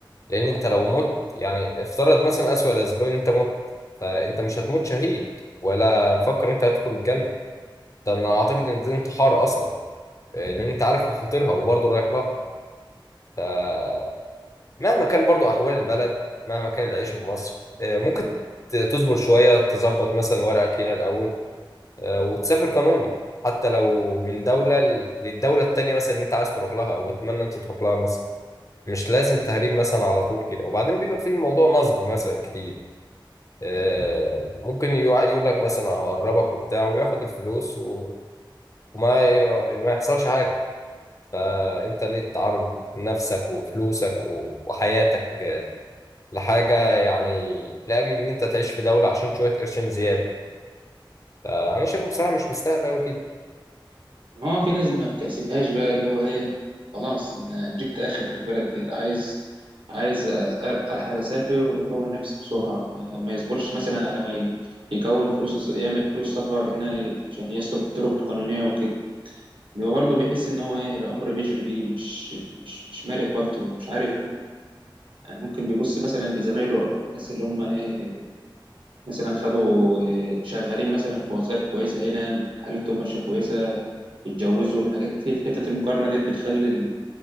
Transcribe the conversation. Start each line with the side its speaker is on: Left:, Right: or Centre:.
Left: لان انت لو مت يعني افترض مثلا اسوأ الاسباب ان انت مت فانت مش هتموت شهيد ولا فكر ان انت هتدخل الجنه ده انا اعتقد ان ده انتحار اصلا لان انت عارف مخاطرها وبرضه رايح لها فمهما كان برضه احوال البلد مهما كان العيشه في مصر آه، ممكن ت- تصبر شويه تظبط مثلا ورقك هنا الاول آه، وتسافر قانوني حتى لو من دولة ل- للدولة التانية مثلا اللي انت عايز تروح لها او بتتمنى انت تروح لها مثلا مش لازم تهريب مثلا على طول كده وبعدين بيبقى في الموضوع نصب مثلا كتير آه، ممكن يقعد يقول لك مثلا ههربك وبتاع وياخد الفلوس و- وما ي- ما يحصلش حاجة فانت ليه تعرض نفسك وفلوسك و- وحياتك آه، لحاجة يعني لأجل إن أنت تعيش في دولة عشان شوية قرشين زيادة فأنا شايفها بصراحة مش مستاهلة أوي كده
Right: ما هو في ناس ما بتحسبهاش بقى اللي هو ايه خلاص ان جبت اخر من البلد ديت عايز عايز أ- الحق اسافر واكون نفسي بسرعه ما ما يصبرش مثلا على ما ي- يكون فلوس الس- يعمل فلوس سفر هنا ي- عشان يسلك الطرق القانونيه وكده بيبقى برضه بيحس ان هو ايه الامر بيجري بيه مش مش مش مالك وقته مش عارف يعني ممكن بيبص مثلا لزمايله او الناس اللي هم ايه مثلا خدوا آه، شغالين مثلا في وظائف كويسة هنا حالتهم ماشية كويسة اتجوزوا الحاجات دي حتة المقارنة ديت بتخلي ال-